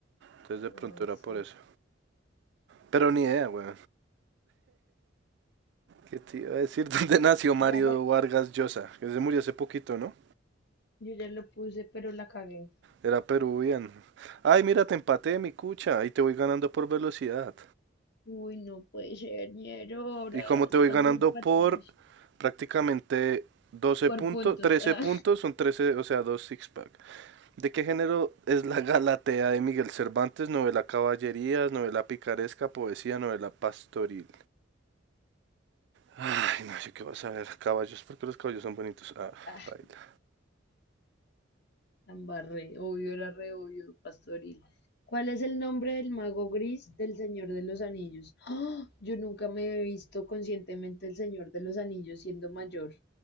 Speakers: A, on the right; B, on the left.
A: Entonces de pronto
B: Ah,
A: era por
B: sí.
A: eso. Pero ni idea, güey. ¿Qué te iba a decir? <laughs> ¿Dónde nació Mario
B: Ya re-
A: Vargas Llosa? Que se murió hace poquito, ¿no?
B: Yo ya lo puse, pero la cagué.
A: Era peruviano. Ay, mira, te empaté, mi cucha. Y te voy ganando por velocidad.
B: Uy, no puede ser, ñero, ahora
A: Y como te
B: estamos
A: voy ganando
B: empatados
A: por prácticamente doce
B: por
A: puntos,
B: puntos.
A: 13
B: Ah.
A: puntos, son 13 o sea, dos six-pack. ¿De qué género es la Galatea de Miguel Cervantes? Novela caballerías, novela picaresca, poesía, novela pastoril. Ay, no sé qué vas a ver. Caballos, porque los caballos son bonitos. Ah,
B: <laughs> Ah.
A: baila.
B: ambarré obvio, era re obvio, pastoril. ¿Cuál es el nombre del mago gris del Señor de los Anillos? ¡Ah! Yo nunca me he visto conscientemente el Señor de los Anillos siendo mayor.